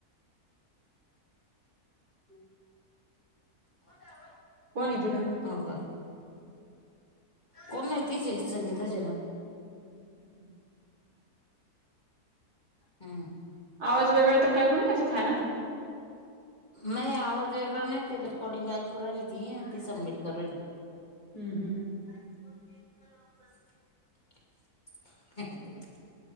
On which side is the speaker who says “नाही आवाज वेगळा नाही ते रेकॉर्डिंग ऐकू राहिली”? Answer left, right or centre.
Left